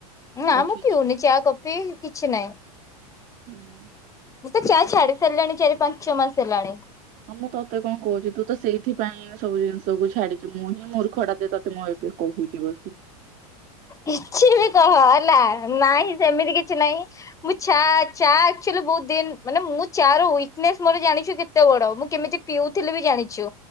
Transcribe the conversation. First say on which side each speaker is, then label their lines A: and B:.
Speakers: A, on the left (about 15°); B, on the right (about 40°).
A: ନା,
B: କଫି
A: ମୁଁ ପିଉନି ଚା କଫି କିଛି ନାହିଁ।
B: ହୁଁ।
A: ମୁଁ, ତ ଚା' ଛାଡ଼ି ସାରିଲାଣି, ଚାରି ପାଞ୍ଚ ମାସ ହେଲାଣି।
B: ହଁ, ମୁଁ ତତେ କଣ କହୁଛି? ତୁ ତ ସେଇଥିପାଇଁ ସବୁ ଜିନିଷ କୁ ଛାଡିଚୁ, ମୁଁ ହିଁ ମୁର୍ଖଟା ତତେ ମୁଁ ଏବେ କହୁଛି ବସିକି।
A: କିଛି ବି କହ ହେଲା ନାହିଁ, ସେମିତି କିଛି ନାହିଁ। ମୁଁ, ଛା ଚା' ଆକ୍ଚୁଲି ବହୁତ ଦିନ, ମାନେ ମୁଁ ଚା' ର ୱିକନେସ୍ ମୋର ଜାଣିଛୁ କେତ୍ କେତେ ବଡ, ମୁଁ କେମିତି ପିଉଥିଲି ବି ଜାଣିଛୁ।